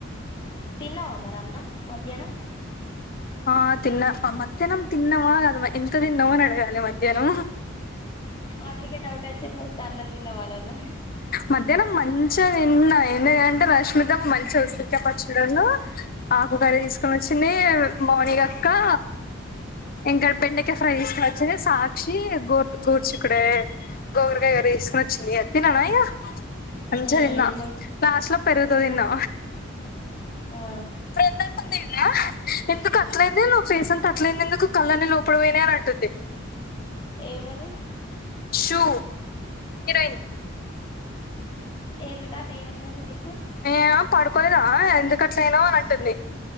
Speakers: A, on the left; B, on the left.
A: తిన్నావా మరి అన్నం మధ్యాహ్నం
B: ఆ తిన్న మధ్యాహ్నం తిన్నవా అదమా ఇంత ది నవ న అడిగాలి మధ్యాహ్నం
A: అందుకే డౌట్ వచ్చి ఫస్ట్ అన్నం తిన్న మనన్న
B: మధ్యాహ్నం మంచా ఎన్న ఎందుంటే రష్మిద మంచి వస్తుందికా పచ్చు ఆకుకాయ తీసుకొని వచ్చింది కోనిగక్కా ఇం గడ బెండకే ఫ్రైసుక వచ్చిది సాక్షి గో గోర్చు కూడాడ గోగరకాయ గారు వేసుకుని వచ్చింది అత్తిననాయ మంచిదిిన్నా
A: ఉమ్ మంచి
B: లాస్ట్ లో పెరుగుతు
A: ఎక్కినట్టు
B: తిన్నా
A: ఆ
B: ఫ్రెండ్ అంటుంది కదా ఎందుకు అట్లైంది నువ్ ఫేస్ అంత అట్లంది ఎందుకు కళ్ళని లోపడ పోనా అని అంటుంది
A: ఎవరు
B: చూ ఇరై
A: ఎందుకు అట ఏమైందటటు నీకు
B: ఏ పడుకోలేదా ఎందుకట్లనో అని అంటుంది